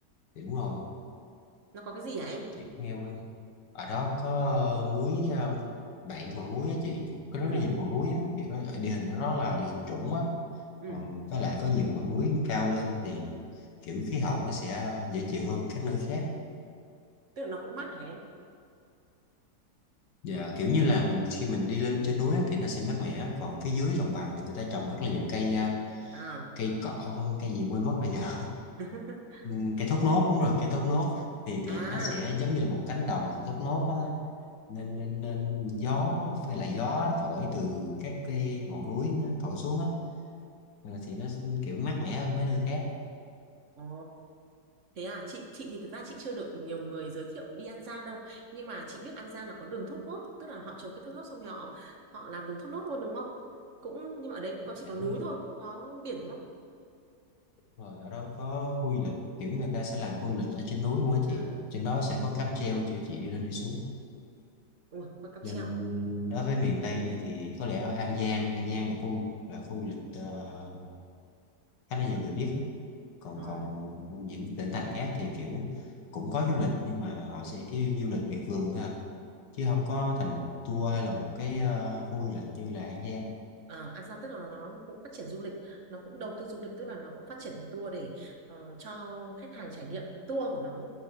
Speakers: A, on the left; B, on the right.
A: thì đúng rồi
B: nó có cái gì hả em
A: chị cũng nghe qua ở đó có ờ, núi ờ, bảy ngọn núi á chị có rất
B: ừ
A: là nhiều ngọn núi á kiểu đó ở địa hình nó đó là địa hình trũng á
B: ừ
A: còn với lại có nhiều ngọn núi cao lên thì kiểu khí hậu nó sẽ dễ chịu hơn các nơi khác
B: tức là nó cũng mát hả em
A: dạ kiểu như là mình khi mình đi lên trên núi á thì nó sẽ mát mẻ còn phía dưới đồng bằng thì người ta trồng rất là nhiều cây ờ,
B: à
A: cây cỏ cây gì quên mất rồi nhờ <laughs>
B: <laughs>
A: Ừm, cây thốt nốt đúng rồi cây thốt nốt thì thì
B: à
A: nó sẽ giống như là một cánh đồng thốt nốt á nên nên nên gió với lại gió nó thổi từ các cái ngọn núi nó thổi xuống á ờ, thì nó kiểu mát mẻ hơn mấy nơi khác
B: ồ thế à chị chị thì thực ra chị chưa được nhiều người giới thiệu đi An Giang đâu nhưng mà chị biết An Giang là có đường thốt nốt tức là họ trồng cái thốt nốt xong rồi họ họ làm đường thốt nốt luôn đúng không cũng nhưng mà ở đấy cũng có chỉ
A: Dạ,
B: có
A: đúng
B: núi
A: rồi
B: thôi không có biển đúng không
A: Rồi ở đó có khu du lịch kiểu người ta sẽ làm khu du lịch ở trên núi luôn á chị
B: ừ
A: trên đó sẽ có cáp treo cho chị đi lên đi xuống
B: ui có cáp
A: nên
B: treo
A: đối với miền Tây này thì có lẽ ở An Giang An Giang là khu là khu du lịch ờ, khá là nhiều người biết á. còn
B: Ờ.
A: còn những tỉnh thành khác thì kiểu cũng có du lịch nhưng mà họ sẽ cái du lịch miệt vườn thôi à. chứ không có thành một tour hay là một cái ờ, khu du lịch như là An Giang
B: À, Ansa tức là nó cũng phát triển du lịch, nó cũng đầu tư du lịch tức là nó cũng phát triển thành tour để ờ, cho khách hàng trải nghiệm tour của nó,